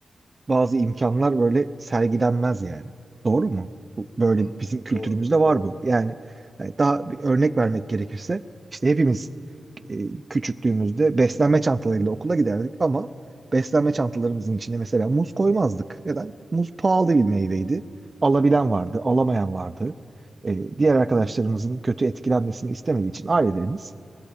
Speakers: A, on the right (about 40°); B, on the left (about 70°).
A: bazı imkanlar böyle sergilenmez yani. Doğru mu? Bu, böyle
B: Hı hı,
A: bizim kültürümüzde
B: doğrudur,
A: var
B: doğrudur.
A: bu. Yani hani daha
B: Hı hı,
A: bir örnek vermek gerekirse işte hepimiz e, küçüklüğümüzde beslenme çantalarıyla okula giderdik ama beslenme çantalarımızın içine mesela muz koymazdık. Neden? Muz pahalı bir meyveydi. Alabilen vardı, alamayan vardı. E, diğer arkadaşlarımızın kötü etkilenmesini istemediği için ailelerimiz